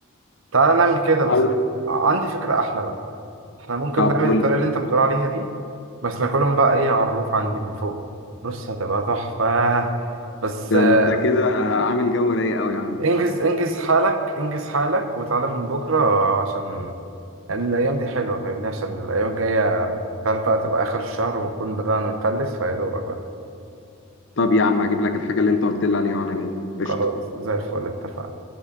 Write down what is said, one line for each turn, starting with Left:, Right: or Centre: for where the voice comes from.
Right: تعالى نعمل كده بس
Left: أو
Right: عندي فكرة أحلى بقى احنا ممكن
Left: طب
Right: نعمل
Left: قول
Right: الطريقة
Left: لي
Right: اللي أنت بتقول عليها دي بس ناكلهم بقى إيه على الروف عندي من فوق بص هتبقى تحفة بس
Left: ده
Right: آه،
Left: انت كده عامل جو رايق قوي يا عم
Right: انجز انجز حالك انجز حالك وتعالى من بكرة عشان يعني الأيام دي حلوة فاهمني عشان الأيام الجاية أنت عارف بقى تبقى آخر الشهر ونكون بدأنا نفلس فيا دوبك بقى
Left: طب يا عم هجيب لك الحاجة اللي انت قلت لي عليها وانا جاي قشطة
Right: خلاص زي الفل اتفقنا